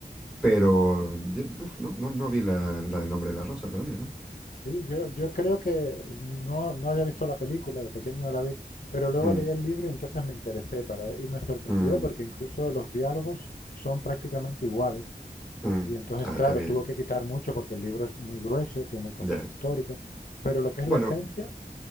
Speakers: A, in the centre; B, on the left.
A: Pero, ye- buf, no, no, no vi la, la del nombre de la rosa todavía, ¿eh?
B: Sí, yo, yo creo que no, no había visto la película, de pequeño no la vi, pero luego
A: Mm,
B: leí el libro y entonces me interesé para ver, y me sorprendió
A: mm,
B: porque incluso los diálogos son prácticamente iguales.
A: mm.
B: Y entonces,
A: Ah,
B: claro,
A: qué bien.
B: tuvo que quitar mucho porque el libro es muy grueso, tiene cosas
A: Ya.
B: históricas, pero lo que es
A: Bueno,
B: la esencia